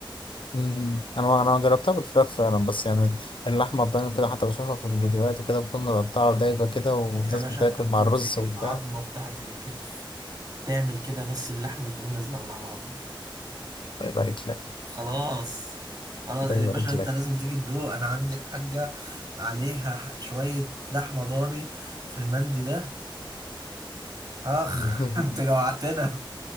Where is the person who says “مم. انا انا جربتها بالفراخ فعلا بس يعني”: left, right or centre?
Left